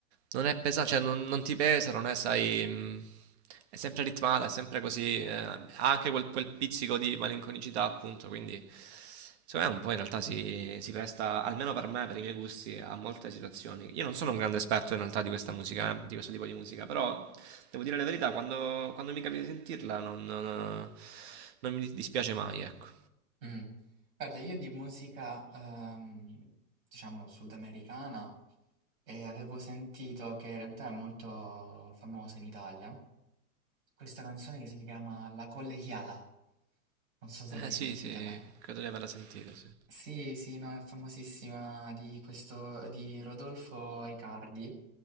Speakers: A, on the right; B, on the right.
A: non è pesante, cioè non, non ti pesa, non è, sai, mm, è sempre ritmata, è sempre così, eh, ha anche quel, quel pizzico di malinconicità appunto, quindi Secondo me un po' in realtà si, si presta, almeno per me, per i miei gusti, a molte situazioni. Io non sono un grande esperto in realtà di questa musica, eh, di questo tipo di musica, però devo dire la verità, quando, quando mi capita di sentirla non, non- non mi dispiace mai, ecco.
B: Mm. Guarda, io di musica, ehm, diciamo, sudamericana, e avevo sentito che in realtà è molto famosa in Italia, questa canzone che si chiama La Collegiala, non so se
A: Eh
B: l'hai
A: sì,
B: sentita
A: sì,
B: mai.
A: credo di averla sentita, sì.
B: Sì, sì, no, è famosissima di questo, di Rodolfo Aicardi